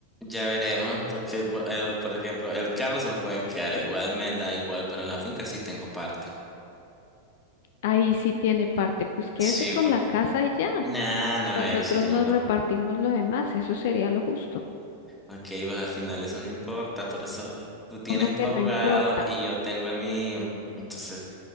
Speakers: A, in the centre; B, on the left.
A: Ya veremos, porque bo- eh, por ejemplo, el carro se lo pueden quedar igual, me da igual, pero en la finca sí tengo parte.
B: Ahí sí tiene parte, pues quédese
A: Sí,
B: con
A: porque...
B: la casa y ya.
A: Nah,
B: Y
A: no,
B: nosotros
A: ahí sí tengo
B: nos
A: parte.
B: repartimos lo demás, eso sería lo justo.
A: Ok, pues al final eso no importa, por eso tú tienes
B: Como
A: tu
B: que
A: abogado
B: no importa.
A: y yo tengo el mío. Entonces